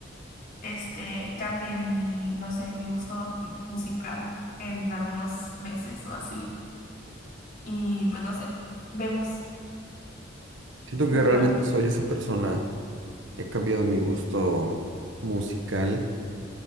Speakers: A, on the left (about 45°); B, on the right (about 70°).
A: este, cambie mi, no sé, mi gusto musical en algunos meses o así. Y pues no sé, vemos
B: Siento
A: qué
B: que
A: te
B: realmente
A: parece.
B: soy esa persona. He cambiado mi gusto musical